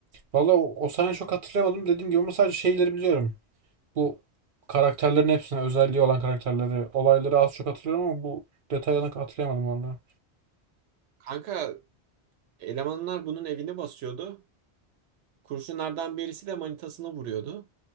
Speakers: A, on the right (about 50°); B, on the right (about 90°).
A: Valla o, o sahneyi çok hatırlayamadım. Dediğim gibi ama sadece şeyleri biliyorum. bu karakterlerin hepsine özelliği olan karakterleri, olayları az çok hatırlıyorum ama bu detayını hatırlayamadım vallahi.
B: Kanka elemanlar bunun evini basıyordu. Kurşunlardan birisi de manitasını vuruyordu.